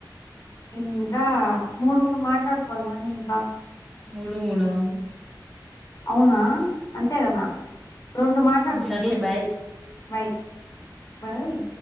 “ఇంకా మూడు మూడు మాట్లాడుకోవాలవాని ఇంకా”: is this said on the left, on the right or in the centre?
Left